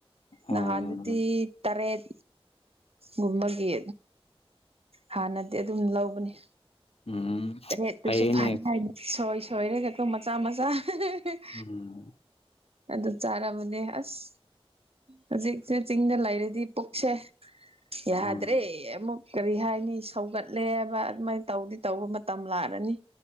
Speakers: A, on the left; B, on the right.
A: ꯑꯣ
B: ꯅꯍꯥꯟꯗꯨꯗꯤ ꯇꯔꯦꯠ ꯒꯨꯝꯕꯒꯤ ꯍꯥꯟꯅꯗꯤ ꯑꯗꯨꯝ ꯂꯧꯕꯅꯤ
A: ꯎꯝ
B: ꯇꯔꯦꯠꯇꯨꯁꯨ
A: ꯐꯩꯌꯦꯅꯦ
B: ꯐꯥꯅꯤꯡꯉꯥꯏꯒꯤ ꯁꯣꯏ ꯁꯣꯏꯔꯒꯀꯣ ꯃꯆꯥ ꯃꯆꯥ ꯍꯥ ꯍꯥ ꯍꯥ ꯍꯍ
A: ꯎꯝ
B: ꯑꯗꯨ ꯆꯥꯔꯕꯅꯦ ꯑꯁ ꯍꯧꯖꯤꯛꯁꯦ ꯆꯤꯡꯗ ꯂꯩꯔꯗꯤ ꯄꯨꯛꯁꯦ ꯌꯥꯗ꯭ꯔꯦ
A: ꯎꯝ
B: ꯑꯃꯨꯛ ꯀꯔꯤ ꯍꯥꯏꯅꯤ ꯁꯧꯒꯠꯂꯦꯕ ꯑꯗꯨꯃꯥꯏꯅ ꯇꯧꯗꯤ ꯇꯧꯕ ꯃꯇꯝ ꯂꯥꯛꯔꯅꯤ